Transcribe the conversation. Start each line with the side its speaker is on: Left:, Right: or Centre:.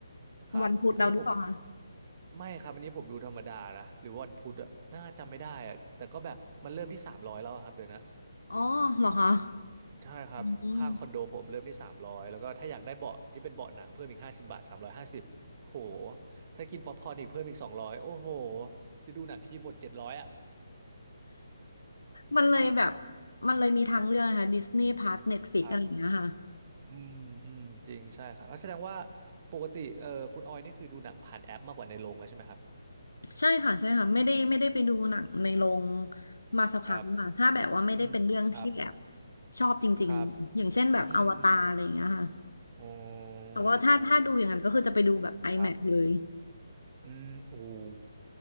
Right: ครับอันนี้ผม
Left: วันพุธเราหรือเปล่าคะ
Right: ไม่ครับอันนี้ผมดูธรรมดานะหรือวาวันพุธอะน่าจำไม่ได้อะแต่ก็แบบมันเริ่มที่สามร้อยแล้วอะครับเดี๋ยวนะ
Left: อ๋อเหรอคะ
Right: ใช่ครับข้างคอนโดผมเริ่มที่สามร้อยแล้วก็ถ้าอยากได้เบาะที่เป็นเบาะหนังเพิ่มอีกห้าสิบบาทสามร้อยห้าสิบโห
Left: อืม
Right: ถ้ากินป๊อปคอร์นอีกเพิ่มอีกสองร้อยโอ้โหจะดูหนังทีหมดเจ็ดร้อยอะอืมผม
Left: มันเลยแบบมันเลยมีทางเลือกนะคะดิสนีย์พาร์สเน็ตฟลิกอะไรอย่างเงี้ยค่ะ
Right: ครับอืมอืมจริงใช่ครับอ่ะแสดงว่าปกติเออคุณออยนี่คือดูหนังผ่านแอปมากกว่าในโรงแล้วใช่ไหมครับ
Left: ใช่ค่ะใช่ค่ะไม่ได้ไม่ได้ไปดูหนังในโรงมาสักพักค่ะถ้าแบบว่าไม่ได้เป็นเรื่องที่แบบ
Right: ครับอืมครับ
Left: ชอบจริงๆอย่างเช่นแบบอวตารอะไรอย่างเงี้ยค่ะ
Right: ครับอืมอืม อ๋อ
Left: แต่ว่าถ้าถ้าดูอย่างนั้นก็คือจะไปดูแบบ IMAX
Right: ครับ
Left: เลย
Right: อืมโอ้โห